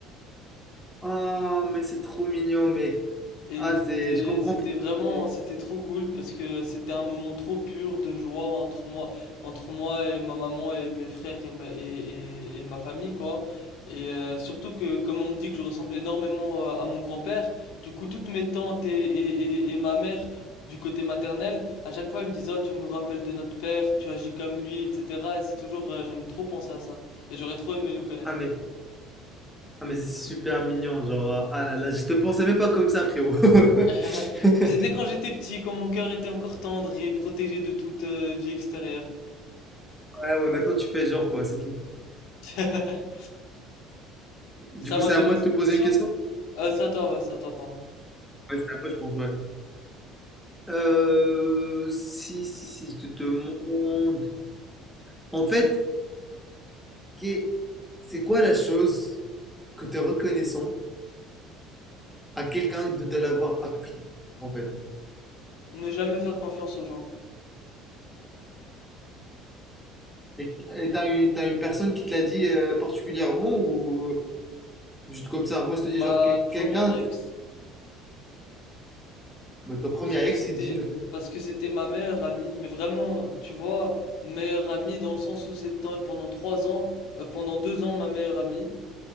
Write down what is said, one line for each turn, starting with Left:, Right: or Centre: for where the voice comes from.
Centre: Ah mais c'est trop mignon mec.
Left: Et
Centre: Ah
Left: c'était
Centre: c'est, je comprends
Left: c'était
Centre: pourquoi.
Left: vraiment
Centre: c'est-
Left: c'était trop cool parce que c'était un moment trop pur de joie entre moi entre moi et ma maman et mes frères et ma, et, et, et ma famille quoi. Et euh, surtout que comme on me dit que je ressemble énormément euh, à mon grand-père, du coup toutes mes tantes et, et, et, et ma mère du côté maternel, à chaque fois ils me disent «Oh, tu nous rappelles de notre père, tu agis comme lui, etc.» Et c'est toujours euh, j'aime trop penser à ça et j'aurais trop aimé le connaître.
Centre: Ah mais Ah mais c'est super mignon, genre, euh, ah là là, je te pensais même pas comme ça, frérot.
Left: <laughs>
Centre: <laughs>
Left: Mais c'était quand j'étais petit, quand mon cœur était encore tendre et protégé de toute euh, vie extérieure.
Centre: Ouais, ouais, maintenant tu fais genre quoi, c'est tout.
Left: <laughs>
Centre: Du
Left: Ça
Centre: coup,
Left: m'a
Centre: c'est
Left: te
Centre: à
Left: poser
Centre: moi de te
Left: une
Centre: poser
Left: question?
Centre: une question?
Left: Euh, c'est à toi, ouais, c'est à toi, pardon.
Centre: Ouais, c'est à moi, je pense, ouais. Euh, si, si, si, je te demande. En fait, qu'est- c'est quoi la chose que tu es reconnaissant à quelqu'un de te l'avoir appris, en fait?
Left: Ne jamais faire confiance aux gens.
Centre: Et et t'as une, t'as une personne qui te l'a dit euh, particulièrement ou juste comme ça? Moi, je
Left: Ma
Centre: te dis genre que-
Left: première
Centre: quelqu'un,
Left: ex,
Centre: bah, ton premier
Left: parce que
Centre: ex
Left: c'était,
Centre: qui te dit
Left: parce que c'était ma meilleure amie, mais vraiment, tu vois, meilleure amie dans le sens où c'était pendant trois ans, euh, pendant deux ans ma meilleure amie.